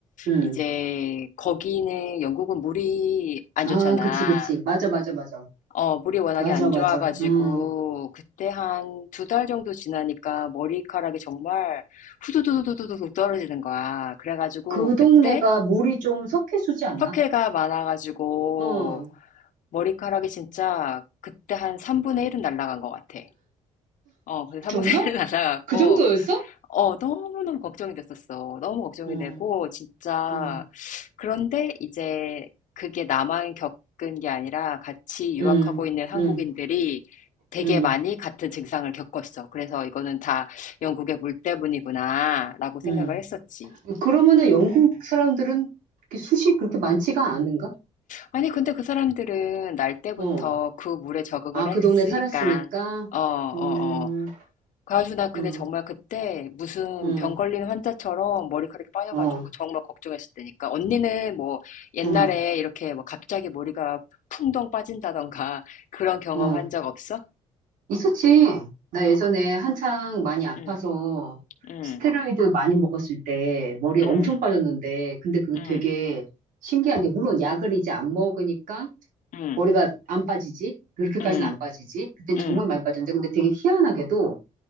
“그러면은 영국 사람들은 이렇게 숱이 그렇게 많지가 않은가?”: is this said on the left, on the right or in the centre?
Right